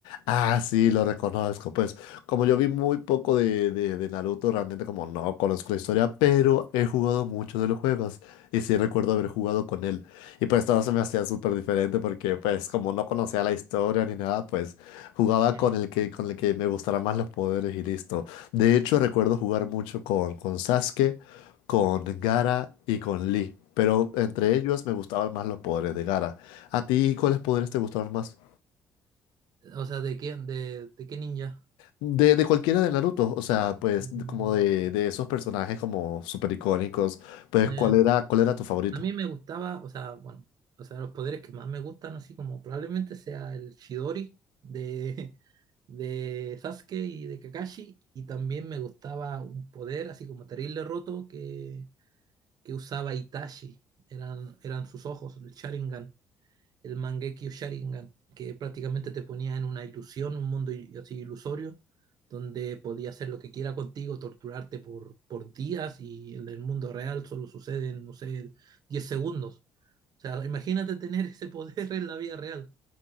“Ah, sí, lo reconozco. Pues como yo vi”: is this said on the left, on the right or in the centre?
Left